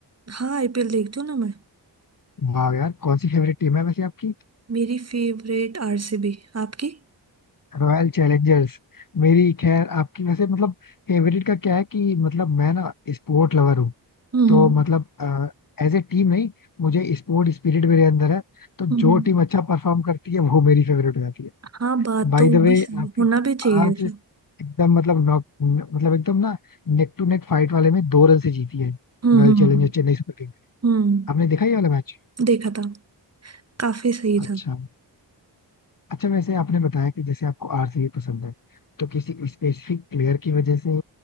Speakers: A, on the right; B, on the left.
A: हाँ आईपीएल देखती हूँ ना मैं
B: वाह यार कौन सी फेवरेट टीम है वैसे आपकी
A: मेरी फेवरेट आरसीबी आपकी
B: Royal Challengers मेरी खैर आपकी वैसे मतलब फेवरेट का क्या है कि मतलब मैं ना स्पोर्ट लवर हूँ
A: हम्म
B: तो मतलब एज ए टीम नहीं मुझे स्पोर्ट स्पिरिट मेरे अंदर है तो जो
A: हम्म
B: टीम अच्छा परफॉर्म करती है वो मेरी फेवरेट हो जाती है
A: हाँ बात
B: बाय
A: तो
B: द
A: भी
B: वे
A: सही-
B: आपकी
A: होना
B: टीम
A: भी चाहिए
B: आज
A: ऐसा
B: एकदम मतलब नॉक मतलब एकदम ना नेक टू नेक फाइट वाले में दो रन से जीती है
A: हम्म
B: Royal
A: हम्म
B: Challengers Chennai Super
A: हम्म
B: आपने देखा ये वाला मैच
A: देखा था काफी सही
B: अच्छा
A: था
B: अच्छा वैसे आपने बताया कि जैसे आपको आरसीबी पसंद है तो किसी स्पेसिफिक प्लेयर की वजह से